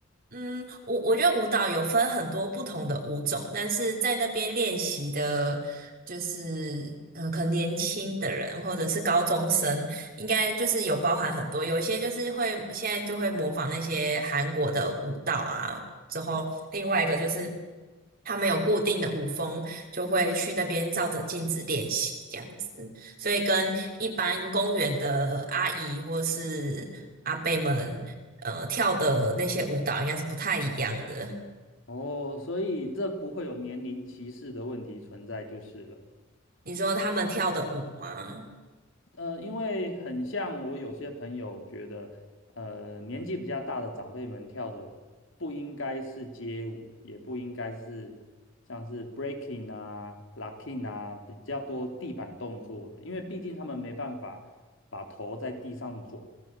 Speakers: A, on the right; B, on the left.
A: 嗯，我我觉得舞蹈有分很多不同的舞种，但是在那边练习的，就是呃，可能年轻的人或者是高中生，应该就是有包含很多，有一些就是会现在就会模仿那些韩国的舞蹈啊，之后另外一个就是他们有固定的舞风，就会去那边照着镜子练习这样子。所以跟一般公园的阿姨或是阿伯们，呃，跳的那些舞蹈应该是不太一样的。
B: 哦，所以这不会有年龄歧视的问题存在就是了。
A: 你说他们跳的舞吗？
B: 呃，因为很像我有些朋友觉得，呃，年纪比较大的长辈们跳的不应该是街舞，也不应该是像是 breaking 啊、locking 啊比较多地板动作的，因为毕竟他们没办法把头在地上转，